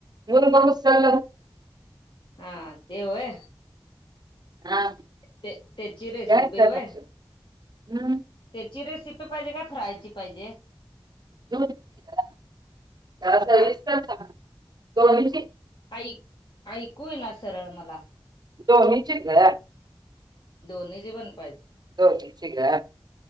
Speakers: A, on the right (about 50°); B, on the left (about 60°).
A: मुलग मुसलम
B: हा ते होय.
A: हा
B: ते त्याची रेसिपी
A: काय
B: होय
A: कच हम्म.
B: त्याची रेसिपी पाहिजे काय फ्रायची पाहिजे.
A: <unintelligible> जरा सविस्तर
B: आ
A: सांग दोन्हीची.
B: ऐक ऐकू येईना सरळ मला.
A: दोन्हींची ग!
B: दोन्हीची पण
A: दोघींची ग!